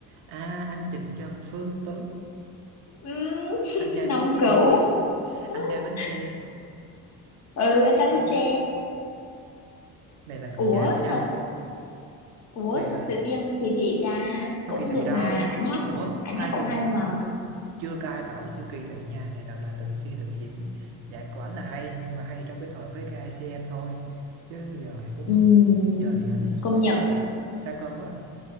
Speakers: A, on the right; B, on the left.
A: à anh Trịnh Trần Phương Tuấn
B: Ừm, <laughs>
A: anh trai
B: năm
A: Bến Tre
B: cửu
A: <laughs>
B: <laughs>
A: anh trai Bến Tre
B: ừ anh trai
A: thôi
B: biết tre
A: này là người
B: ủa
A: cha của năm
B: sao
A: á
B: Ủa
A: này
B: sao
A: là
B: tự nhiên kỳ thị ta
A: có
B: cũng
A: kỳ thị
B: được
A: đâu
B: mà ảnh hát
A: ủa
B: ảnh
A: cai
B: hát cũng
A: kỳ thị
B: hay
A: đâu
B: mà
A: chưa cai bảo cái chữ kỳ thị nha này làm là tự suy tự diễn nhạc của ảnh là hay nhưng mà hay trong cái thời với ca i KICM thôi chứ giờ thì cũng
B: Ừm,
A: giờ thì ảnh s-
B: công nhận
A: xa cơ quá à.